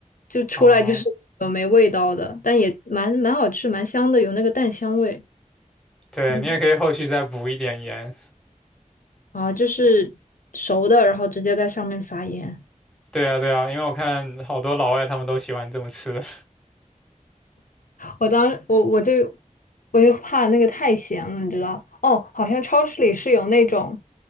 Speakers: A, on the left (about 80°); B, in the centre.
A: 就出来就是呃没味道的，
B: 哦，
A: 但也蛮蛮好吃，蛮香的，有那个蛋香味。
B: 对，
A: 嗯，
B: 你也可以后续再补一点盐。
A: 啊，就是熟的，然后直接在上面撒盐。
B: 对啊，对啊，因为我看好多老外他们都喜欢这么吃。<laughs>
A: 我当我我就我就怕那个太咸了，你知道？哦，好像超市里是有那种